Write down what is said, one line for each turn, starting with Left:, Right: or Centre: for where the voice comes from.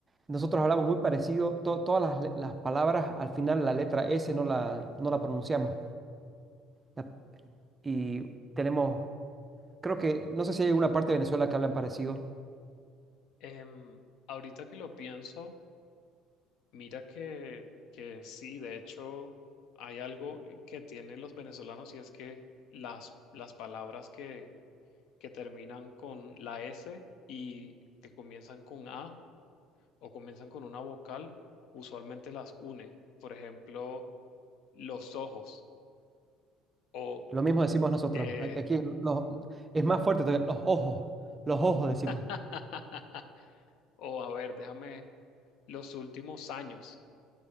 Right: Nosotros hablamos muy parecido, to- todas las, le- las palabras, al final la letra S no la, no la pronunciamos. La- y tenemos, creo que, no sé si hay alguna parte de Venezuela que hablan parecido.
Left: Em, ahorita que lo pienso. Mira que, que sí, de hecho hay algo eh, que tienen los venezolanos y es que las, las palabras que, que terminan con la S y que comienzan con A o comienzan con una vocal, usualmente las unen. Por ejemplo, los ojos o...
Right: Lo mismo decimos nosotros.
Left: eh,
Right: A- Aquí los- es más fuerte todavía, los ojos, los ojos decimos.
Left: <laughs> o a ver, déjame los últimos años.